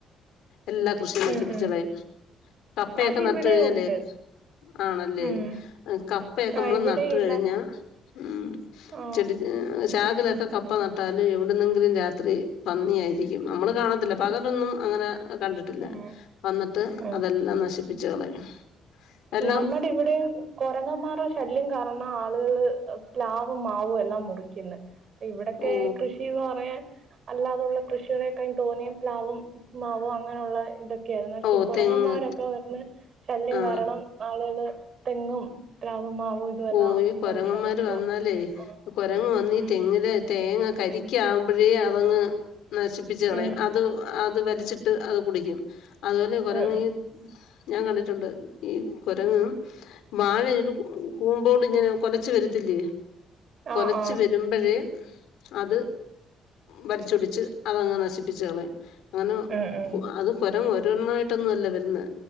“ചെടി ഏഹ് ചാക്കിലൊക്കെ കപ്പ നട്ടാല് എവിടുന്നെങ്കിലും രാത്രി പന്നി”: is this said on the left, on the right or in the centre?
Left